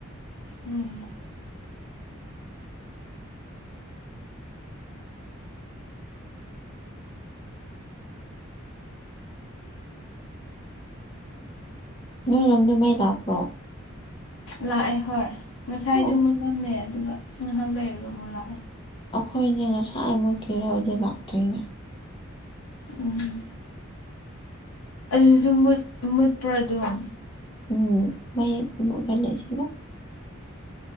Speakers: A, on the left; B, on the left.
A: ꯎꯝ꯫
B: ꯅꯣꯏꯔꯣꯝꯗ ꯃꯩ ꯂꯥꯛꯄ꯭ꯔꯣ꯫
A: ꯂꯥꯛꯑꯦ ꯍꯣꯏ ꯉꯁꯥꯏꯗꯨ
B: ꯑꯣ
A: ꯃꯨꯠꯂꯝꯃꯦ ꯑꯗꯨꯒ ꯉꯥꯍꯥꯛ ꯂꯩꯔꯒ ꯑꯃꯨꯛ ꯂꯥꯛꯑꯦ꯫
B: ꯑꯩꯈꯣꯏꯅꯦ ꯉꯁꯥꯏ ꯃꯨꯠꯈꯤꯕꯗꯣ ꯍꯧꯖꯤꯛ ꯂꯥꯛꯇꯔꯤꯅꯦ
A: ꯎꯝ ꯑꯗꯨꯖꯨ ꯃꯨꯠ ꯃꯨꯠꯄ꯭ꯔꯣ ꯑꯗꯨꯝ
B: ꯎꯝ ꯃꯌꯦꯛ ꯎꯝ ꯑꯣꯏꯍꯜꯂꯦ ꯁꯤꯔ